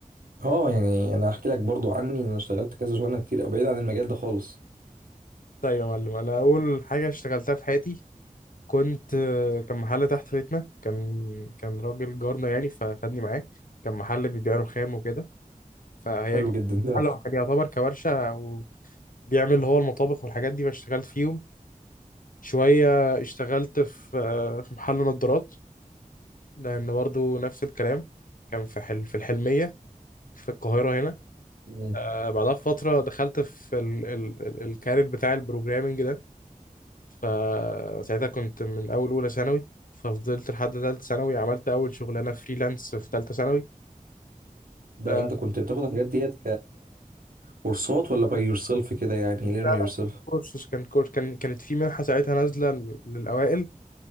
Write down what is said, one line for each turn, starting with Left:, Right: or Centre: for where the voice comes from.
Right: اه يعني انا هحكي لك برضو عني انا اشتغلت كذا شغلانه كتير او بعيد عن المجال ده خالص
Left: طيب يا معلم انا اول حاجة اشتغلتها في حياتي كنت آه، كان محل تحت بيتنا كان كان راجل جارنا يعني فخدني معاه كان محل بيبيع رخام وكده فهي
Right: حلو جدا <laughs> ده
Left: محل هو كان يعتبر كورشة وبيعمل اللي هو المطابخ والحاجات دي فاشتغلت فيهم شوية اشتغلت في آه، في محل نظارات لأن برضو نفس الكلام كان في حل في الحلمية في القاهرة هنا
Right: مم.
Left: آه بعدها بفترة دخلت في ال ال ال الكارير بتاع البروجرامينج ده فساعتها كنت من أول أولى ثانوي ففضلت لحد تالتة ثانوي عملت أول شغلانة فريلانس في تالتة ثانوي
Right: ده
Left: آه
Right: انت كنت بتاخد الحاجات ديت ككورسات ولا باي يور سيلف كده يعني ليرن
Left: لا،
Right: يور
Left: لا،
Right: سيلف
Left: كورس كان كورس كان كانت في منحة ساعتها نازلة للأوائل